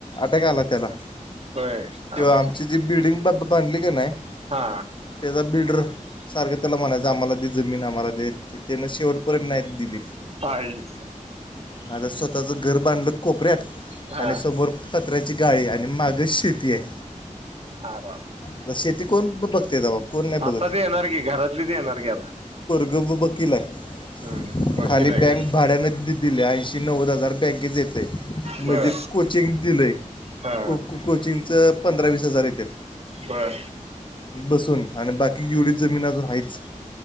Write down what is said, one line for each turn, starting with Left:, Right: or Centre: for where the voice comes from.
Left: अटॅक आला त्याला.
Right: होय
Left: किंवा
Right: आराम
Left: आमची जी बिल्डिंग बा बांधली का नाही.
Right: हा.
Left: त्याचा बिल्डर सारखं त्याला म्हणायचं आम्हाला दे जमीन आम्हाला देे. त्यान शेवटपर्य नाही दिले.
Right: आईच
Left: आता स्वतःच घर बांधलं कोपऱ्यात
Right: हा
Left: आणि समोर. पत्र्याची गाळी आणि मागच शेती आहे.
Right: हा, हा.
Left: आता शेती कोण बघते. कोण नाही बघत
Right: आता देणार की घरातली देणार की आता.
Left: दोघं वकीला हाय.
Right: हम्म वकील
Left: खाली
Right: आहे
Left: बँक
Right: का
Left: भाड्यानच दिली ऐंशी नव्वद हजार बँकेच येते.
Right: बर
Left: मध्ये कोचिंग दिलंय
Right: हा
Left: को कोचिंगच पंधरा वीस हजार येत.
Right: बर
Left: बसून. आणि बाकी एवडी जमीन अजून हाईच